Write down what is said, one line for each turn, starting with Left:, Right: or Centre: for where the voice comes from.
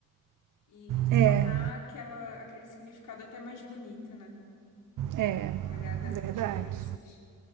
Left: e,
Right: É,
Left: e tornar aquela, aquele significado até mais bonito, né?
Right: é,
Left: No olhar da-
Right: verdade.
Left: das crianças.